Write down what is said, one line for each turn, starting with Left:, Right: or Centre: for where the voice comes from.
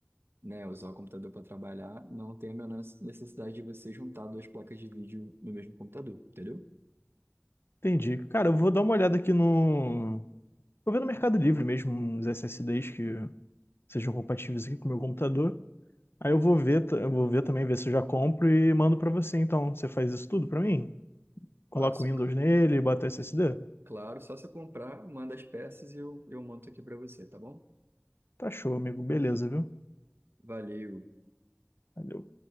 Right: né, usar o computador para trabalhar, não tem a menor necessidade de você juntar duas placas de vídeo no mesmo computador, entendeu?
Left: Entendi. Cara, eu vou dar uma olhada aqui no. Vou ver no Mercado Livre mesmo uns SSDs que sejam compatíveis aqui com o meu computador. Aí eu vou ver, ta- eu vou ver também, ver se eu já compro e mando pra você. Então, você faz isso tudo pra mim? Coloca
Right: Fácil,
Left: o Windows nele, e bota o SSD?
Right: claro, só você comprar, manda as peças e eu, eu monto aqui para você, tá bom?
Left: Tá show, amigo. Beleza, viu?
Right: Valeu.
Left: Valeu.